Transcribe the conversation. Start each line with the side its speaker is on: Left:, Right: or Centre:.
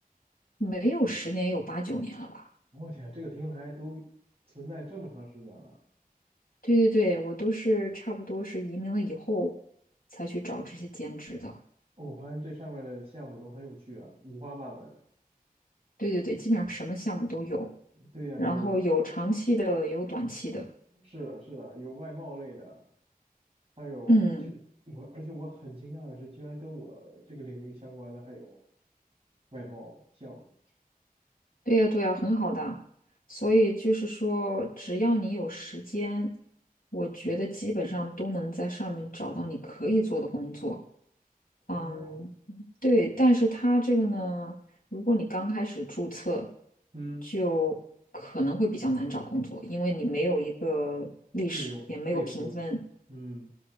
Left: 没有十年，有八九年了吧。
Right: 我天，这个平台都存在这么长时间了。
Left: 对对对，我都是差不多是移民了以后才去找这些兼职的。
Right: 哦我发现这上面的项目都很有趣啊，五花八门。
Left: 对对对，基本上什么项目都有，
Right: 对呀、
Left: 然后有长期的，
Right: 有
Left: 也有短期的。
Right: 是的，是的，有外贸类的，还有就我，
Left: 嗯，
Right: 而且我很惊讶的是，居然跟我这个领域相关的还有外包项目。
Left: 对呀对呀，很好的。所以就是说，只要你有时间，我觉得基本上都能在上面找到你可以做的工作。
Right: 哦，
Left: 嗯，对，但是它这个呢，如果你刚开始注册，
Right: 嗯，
Left: 就可能会比较难找工作，因为你没有一个历史，
Right: 信用背书，
Left: 也没有评分。
Right: 嗯，